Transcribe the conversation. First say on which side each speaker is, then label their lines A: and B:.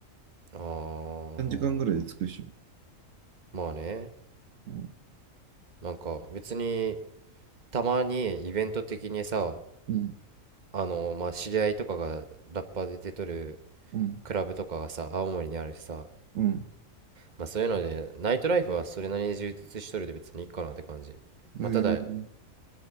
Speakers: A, on the right; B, on the right.
A: あー
B: 3時間ぐらいで着くでしょ。
A: まあね
B: うん。
A: なんか別にたまにイベント的にさ
B: うん。
A: あのまあ知り合いとかがラッパーで出とる
B: うん。
A: クラブとかがさ青森にあるしさ
B: うん。
A: まあそういうのでナイトライフはそれなりに充実しとるで別にいいかなって感じまあただ
B: うー